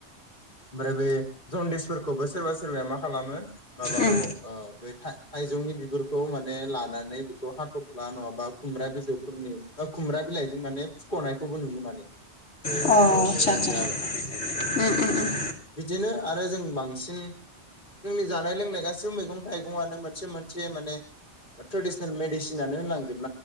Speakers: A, on the left; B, on the left.
A: ओमफ्राय बे जनदिसफोरखौबो सोरबा सोरबाया मा खालामो माबाखौ
B: उम
A: ओ बे था थाइजौनि बिगुरखौ माने लानानै बेखौ हाथ'फ्ला नङाबा खुमब्रा बिजौफोरनि ओ खुमब्रा बिलाइजों माने फुख'नायखौबो नुयो माने। बेयावबो
B: अ आटसा
A: नुनो
B: आतसा
A: मोनो आरोना
B: उम उम उम
A: बिदिनो आरो जों बांसिन जोंनि जानाय लोंनाय गासिबो मैगं थाइगं गङानो मोनसे मोनसे माने ट्रेडिशनेल मेडिसिनानो होनांजोब